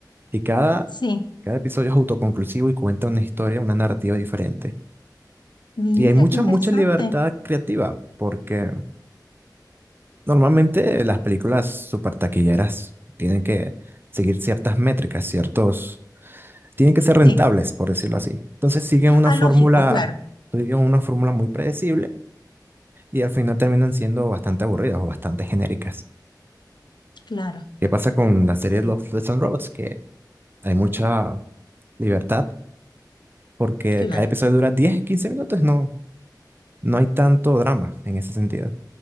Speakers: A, on the right (about 30°); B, on the left (about 80°).
A: Y cada,
B: sí.
A: cada episodio es autoconclusivo y cuenta una historia, una narrativa diferente.
B: Mira
A: Y hay mucha,
B: qué interesante.
A: mucha libertad creativa, porque normalmente las películas super taquilleras tienen que seguir ciertas métricas, ciertos... Tienen que ser rentables,
B: Sí.
A: por decirlo así. Entonces siguen una
B: Ah,
A: fórmula,
B: lógico, claro,
A: digamos, una fórmula muy predecible y al final terminan siendo bastante aburridas o bastante genéricas.
B: claro,
A: ¿Qué pasa con la serie de
B: sí,
A: los Death and Robots? Que hay mucha libertad porque
B: claro.
A: cada episodio dura 10 15 minutos. No, no hay tanto drama en ese sentido.